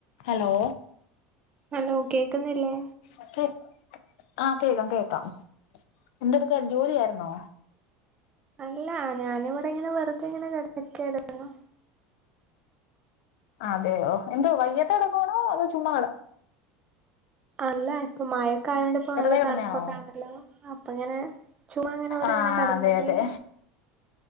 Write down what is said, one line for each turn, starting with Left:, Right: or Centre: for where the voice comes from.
Left: Hello
Right: hello കേക്കുന്നില്ലേ
Left: അക്കേ ആഹ് കേക്കാം കേക്കാം എന്തെടുക്കുവായിരുന്ന് ജോലിയായിരുന്നോ
Right: അല്ല ഞാനിവിടെ ഇങ്ങനെ വെറുതെ ഇങ്ങനെ കെടക്കായിരുന്നു
Left: അതെയോ എന്തോ വയ്യാത്തെ കെടക്കുവാണോ അതോ ചുമ്മാ കെട
Right: അല്ല ഇപ്പ മഴയൊക്കെ ആയോണ്ട് ഇപ്പ
Left: കെട
Right: നല്ല
Left: വെറുതെ കിടന്നയാണോ
Right: തണുപ്പൊക്കെ ആണല്ലോ അപ്പ ഇങ്ങനെ ചുമ്മ അങ്ങനെ ഇവിടിങ്ങനെ
Left: ആഹ്
Right: കെടന്നപ്പഴേ
Left: അതെ അതെ